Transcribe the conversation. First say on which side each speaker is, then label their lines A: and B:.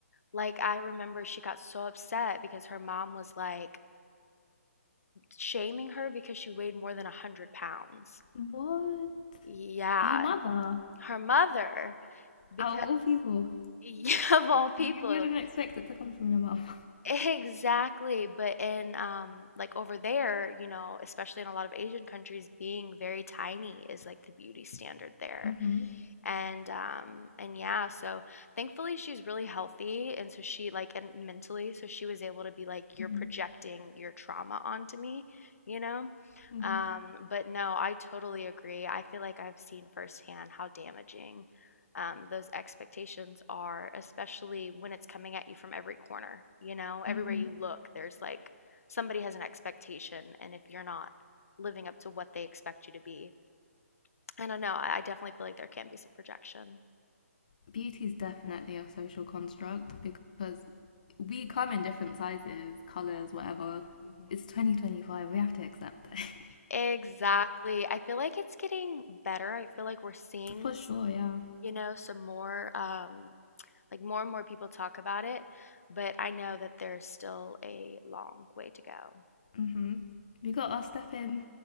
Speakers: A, on the left; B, on the left.
A: like, I remember she got so upset because her mom was like shaming her because she weighed more than 100 pounds.
B: What?
A: Yeah,
B: Her mother,
A: her mother, because
B: out of all people,
A: <laughs> of all people,
B: you wouldn't expect it to come from your mum.
A: exactly. But in, um, like, over there, you know, especially in a lot of Asian countries, being very tiny is like the beauty standard there.
B: <laughs> hmm
A: And um and yeah, so thankfully she's really healthy and so she like and mentally so she was able to be like you're
B: hmm
A: projecting your trauma onto me, you know?
B: hmm
A: Um but no, I totally agree. I feel like I've seen firsthand how damaging um, those expectations are, especially when it's coming at you from every corner. You know, everywhere
B: hmm
A: you look, there's like somebody has an expectation, and if you're not living up to what they expect you to be, I don't know. I I definitely feel like there can be some projection.
B: Beauty is definitely a social construct because we come in different sizes, colors, whatever.
A: Mhm.
B: It's 2025. We have to accept it.
A: Exactly. I feel like it's getting better. I feel like we're seeing,
B: <laughs> For
A: s-
B: sure, yeah.
A: you know, some more, um, like more and more people talk about it, but I know that there's still a long way to go.
B: hmm We got our step in,